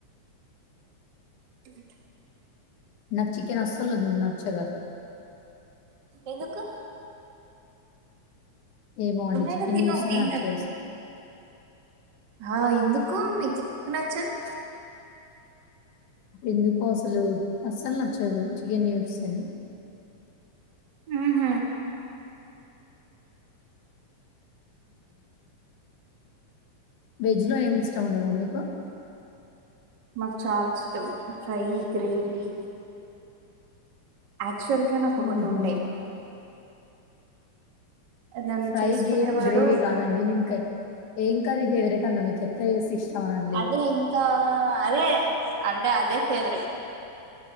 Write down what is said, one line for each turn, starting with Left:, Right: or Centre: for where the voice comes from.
Right: దువేంత
Left: నాకు చికెన్ అస్సలు నాకు నచ్చద
Right: ఎందుకు?
Left: ఏమో అండి
Right: కొన్నాయినా
Left: చికెన్
Right: తిను
Left: చూస్తేనే
Right: ఏంకాదు.
Left: నచ్చదు అసలు.
Right: ఆ ఎందుకో మీకి నచ్చదు
Left: ఎందుకో అసలు అస్సలు నచ్చదు చికెన్ ూస్తేనే
Right: హుహ్
Left: వెజ్ లో ఏమి ఇష్టం ఉండవా మీకు
Right: మక్ చాలిష్టం ఫ్రై గ్రేవి యాక్చువల్ గా నాకొకటి
Left: ఆహా!
Right: ఉండే నన్ను
Left: ఫ్రై
Right: చేసుకునేవాడు
Left: గే గ్రేవీ కాదండి నేనుకా ఏం కర్రీ ఫేవరెట్ అన్నా మీకు ఎట్లా చేేసి ఇష్టం అని అనలేదు.
Right: అదే ఇంకా అదే అంటే అదే ఫేవరెట్